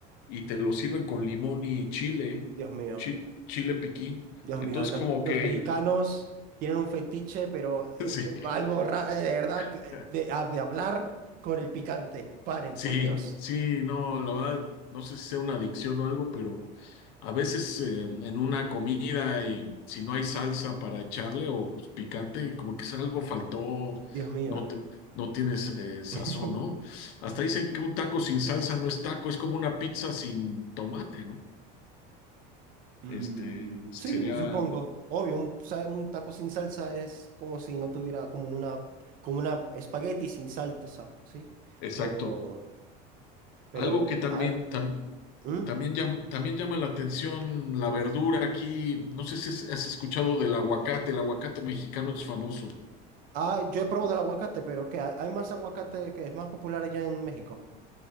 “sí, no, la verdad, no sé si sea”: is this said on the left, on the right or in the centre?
Left